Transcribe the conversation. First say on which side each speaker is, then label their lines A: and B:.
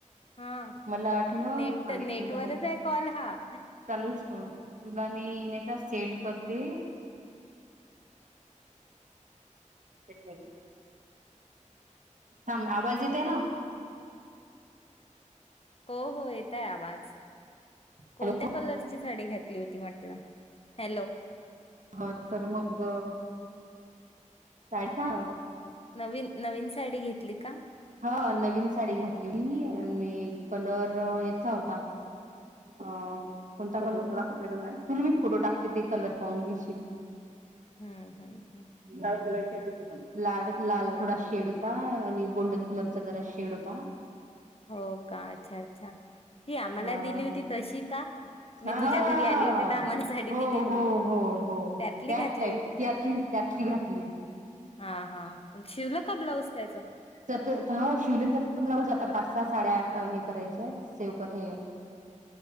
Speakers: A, on the left; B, on the right.
A: हा
B: मला वाटलं
A: नेट
B: थांब
A: नेटवरच
B: एक मिनिटं मग.
A: आहे कॉल हा.
B: चालूच ठेव, तुला मी नाही का सेंड करते.
A: हम्म
B: तेच म्हणले. थांब आवाज येतंय ना?
A: हो, हो. येतय आवाज कोणत्या
B: हॅलो
A: कलरची साडी घात ली होती म्हटलं? हॅलो.
B: हो तर मग, साडी का
A: नवीन-नवीन साडी घेतली का?
B: हा नवीन साडी घातली होती आणि कलर याचा होता, अ कोणता कलर तु मी फोटो टाकते ते कलर पाहून घेशील.
A: हं, हं, हं.
B: लाल कलरची यांच्यातली सांग, लाल थोडा शेड होता आणि गोल्डन कलरचा जरा शेड होता.
A: हो, का. अच्छा- अच्छा ती आम्हांला
B: हा.
A: दिली होती तशी का, मी
B: हा.
A: तुझ्या घरी आली होती तर आम्हांला साडी
B: हो
A: दिली होती
B: हो हो हो
A: त्यात तली
B: त्याच
A: घातली
B: टाईप
A: होती
B: त्यातली
A: का?
B: त्यातली
A: हा,
B: घातली.
A: हा, हा. शिवला का ब्लाऊज त्याच?
B: त्याचं हो शिवलं ना त्याचं ब्लाऊज आता पाच- सहा साड्या हे करायच्या आहेत, सेव्ह कर हे